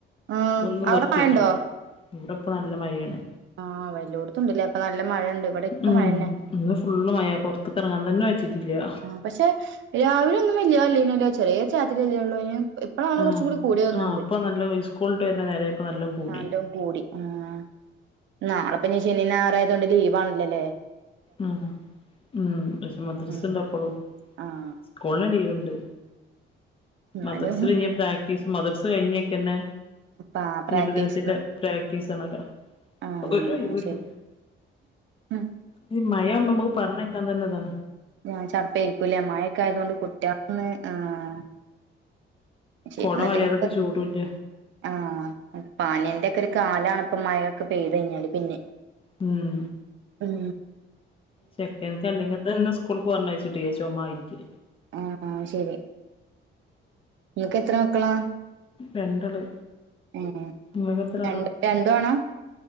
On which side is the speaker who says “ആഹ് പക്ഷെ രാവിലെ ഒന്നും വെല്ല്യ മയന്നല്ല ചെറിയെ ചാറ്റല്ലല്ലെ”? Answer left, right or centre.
Right